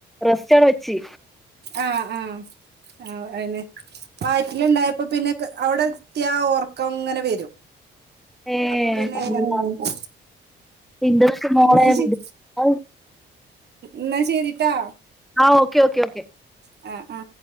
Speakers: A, in the centre; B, on the right.
A: റെസ്റ്റ് അവ്ടെ വെച്ചി.
B: ആ ആ ആ അയന്നെ വയറ്റിലുണ്ടായപ്പോ പിന്നെ അവിടെത്തിയാ ഉർക്കം ങ്ങനെ വരും
A: ഏ
B: അപ്പൊ പിന്നെ
A: അള്ളാ
B: മ്
A: ഇന്റതൊക്കെ മോളെ
B: എന്നാ ശെരി
A: വിട്. അത്
B: എന്നാ ശരിട്ടാ
A: ആ ഓക്കെ ഓക്കെ ഓക്കെ
B: ആ ആ